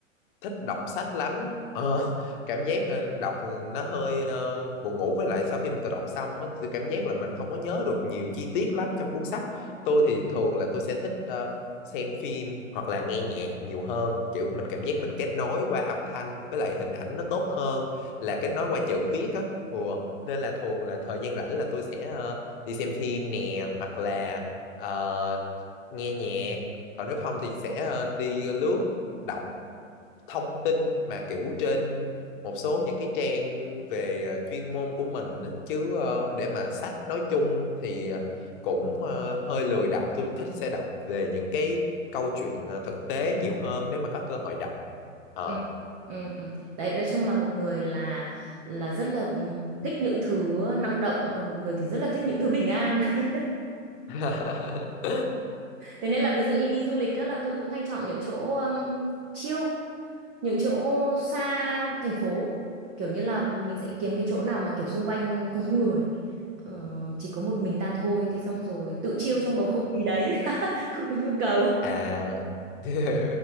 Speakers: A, on the left (about 40°); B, on the right (about 20°).
A: thích đọc sách lắm ờ, cảm giác ờ, đọc nó hơi ờ, buồn ngủ với lại sau khi mà tôi đọc xong á, tôi cảm giác là mình không có nhớ được nhiều chi tiết lắm trong cuốn sách tôi thì thường là tôi sẽ thích ờ, xem phim hoặc là nghe nhạc nhiều hơn kiểu mình cảm giác mình kết nối qua âm thanh với lại hình ảnh nó tốt hơn là kết nối qua chữ viết á Ủa, nên là thường là thời gian rảnh là tôi sẽ ờ, đi xem phim nè hoặc là ờ, nghe nhạc còn nếu không thì sẽ ờ, đi lướt đọc thông tin mà kiểu trên một số những cái trang về ờ, chuyên môn của mình á. chứ ờ, để mà sách nói chung thì ờ, cũng ờ, hơi lười đọc tôi thích sẽ đọc về những cái câu chuyện ờ, thực tế nhiều hơn nếu mà có cơ hội đọc Ờ
B: ừ, ừ, ừ. Đấy, nói chung là một người là là rất là thích những thứ năng động còn một người thì rất là thích những thứ bình an <laughs>
A: <laughs>
B: thế nên là ví dụ như đi du lịch á, là tôi cũng hay chọn những chỗ um, chill những chỗ xa thành phố kiểu như là mình sẽ kiếm cái chỗ nào mà kiểu xung quanh không có người Ờ, chỉ có một mình ta thôi thế xong rồi tự chill trong bầu không khí đấy <laughs> không có nhu cầu
A: À, <laughs>